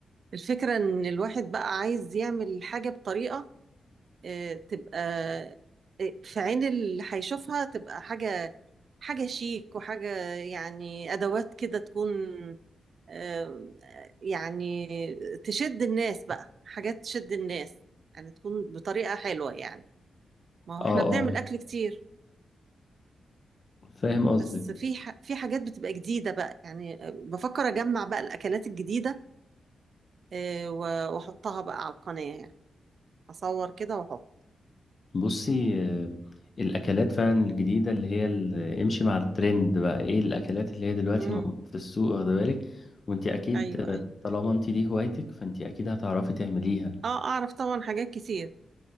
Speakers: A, on the right; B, on the left.
A: الفكرة ان الواحد بقى عايز يعمل حاجة بطريقة آه، تبقى آه، في عين اللي هيشوفها تبقى حاجة حاجة شيك وحاجة يعني ادوات كده تكون آه، يعني تشد الناس بقى حاجات تشد الناس يعني تكون بطريقة حلوة يعني ما هو
B: اه
A: احنا بنعمل
B: اه
A: اكل كتير
B: فاهم قصدك
A: بس في ح... في حاجات بتبقى جديدة بقى يعني بفكر أجمع بقى الأكلات الجديدة آه، و- وأحطها بقى على القناة يعني أصور كده وأحط
B: بصي آه، الاكلات فعلا الجديدة اللي هي ال- امشي مع الترند بقى ايه الاكلات اللي هي دلوقتي
A: امم
B: موجودة في السوق واخده بالك وانت اكيد
A: أيوه
B: آه،
A: أيوه
B: طالما انت دي هوايتك فانت اكيد هتعرفي تعمليها
A: أه أعرف طبعا حاجات كتير